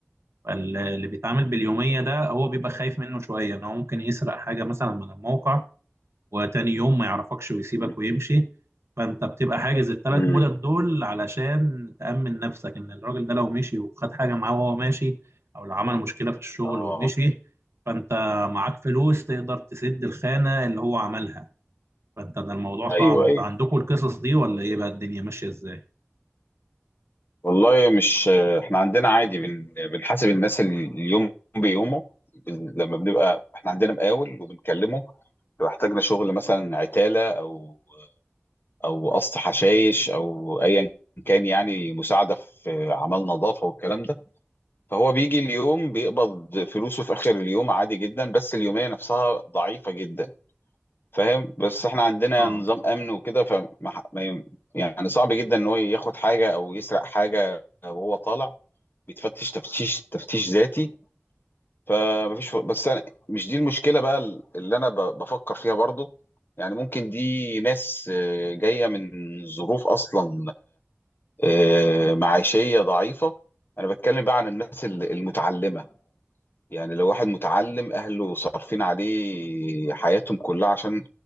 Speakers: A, on the right; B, on the left.
A: فاللي بيتعامل باليومية ده هو بيبقى خايف منه شوية إن هو ممكن يسرق حاجة مثلا من الموقع وتاني يوم ما يعرفكش ويسيبك
B: مم.
A: ويمشي فانت بتبقى حاجز الثلاث
B: مم.
A: مدد دول علشان تأمن نفسك ان الراجل ده لو مشي وخد حاجة معاه وهو ماشي او لو عمل مشكلة في الشغل
B: اه
A: ومشي فانت معاك فلوس تقدر تسد الخانة اللي هو عملها فانت ده الموضوع صعب
B: ايوه
A: انت
B: ايوه
A: عندكم القصص دي ولا ايه بقى الدنيا ماشية ازاي؟
B: والله مش احنا عندنا عادي بن... بنحاسب الناس ال- اليوم بيومه بن- لما بنبقى احنا عندنا مقاول وبنكلمه لو احتاجنا شغل مثلا عتالة او او قص حشايش او ايا كان يعني مساعدة في اعمال نظافة والكلام ده فهو بيجي اليوم بيقبض فلوسه في اخر اليوم عادي جدا بس اليومية نفسها ضعيفة جدا فاهم بس احنا عندنا
A: اه
B: نظام امن وكده فما ح- ما ي- يعني صعب جدا ان هو ياخد حاجة او يسرق حاجة وهو طالع بيتفتش تفتيش تفتيش ذاتي فمفيش ف- بس انا مش دي المشكله بقى اللي انا ب- بفكر فيها برضو يعني ممكن دي ناس آه، جايه من ظروف اصلا آه، معيشيه ضعيفه انا بتكلم بقى عن الناس ال- المتعلمه يعني لو واحد متعلم اهله صارفين عليه حياتهم كلها عشان